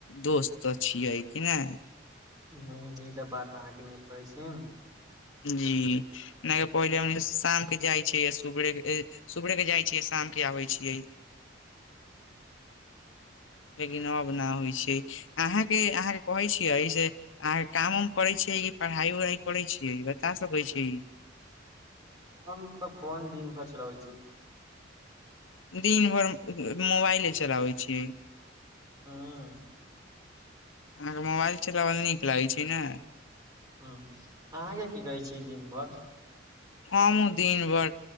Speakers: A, on the left; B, on the right.
A: दोस्त तऽ छियै कि ने
B: हूंम्म ई सब बात अहाँके निक कहै छी <unintelligible>
A: जी नहि पहिले शामके जाइ छै सुबरे सुबरे के जाइ छियै शामके आबै छियै लेकिन अब न होइ छै अहाँ के अहाँ के कहे छियै से अहाँके काम उम करै छियै की पढ़ाइ उढ़ाइ करै छियै बता सकै छी
B: हम हम तऽ फोन दिन भरि चलबै छियै
A: दिन भरि मोबाइले चलाबै छियै
B: हूंम्म
A: अहाँके मोबाइल चलाबल नीक लगैत छै ने
B: ह्म अहाँके की कहै छियै दिन भर
A: हमहुँ दिन भैर